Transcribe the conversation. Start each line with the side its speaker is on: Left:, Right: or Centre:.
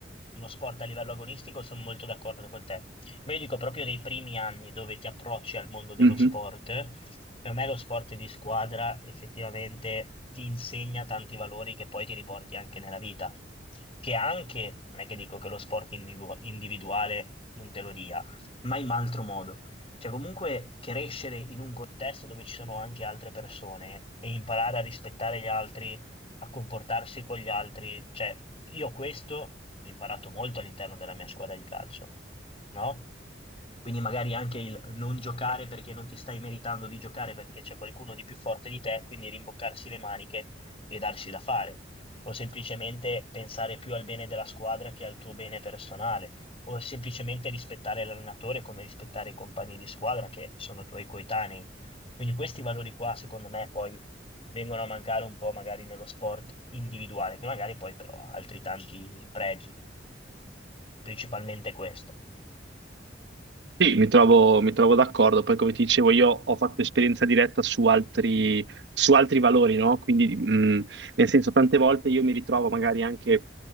Left: uno sport a livello agonistico, sono molto d'accordo con te. Ma io dico proprio nei primi anni dove ti approcci al mondo dello
Right: Mhm.
Left: sport, per me lo sport di squadra effettivamente ti insegna tanti valori che poi ti riporti anche nella vita, che anche, non è che dico che lo sport individu- individuale non te lo dia, ma in altro modo. Cioè, comunque crescere in un contesto dove ci sono anche altre persone e imparare a rispettare gli altri, a comportarsi con gli altri, cioè, io questo l'ho imparato molto all'interno della mia squadra di calcio, no? Quindi magari anche il non giocare perché non ti stai meritando di giocare perché c'è qualcuno di più forte di te, quindi rimboccarsi le maniche e darsi da fare, o semplicemente pensare più al bene della squadra che al tuo bene personale o semplicemente rispettare l'allenatore come rispettare i compagni di squadra che sono tuoi coetanei. Quindi questi valori qua, secondo me, poi vengono a mancare un po' magari nello sport individuale, che magari poi però ha altri tanti pregi, principalmente questo.
Right: Sì, mi trovo, mi trovo d'accordo. Poi, come ti dicevo, io ho fatto esperienza diretta su altri, su altri valori, no? Quindi, mh, nel senso, tante volte io mi ritrovo magari anche, eh,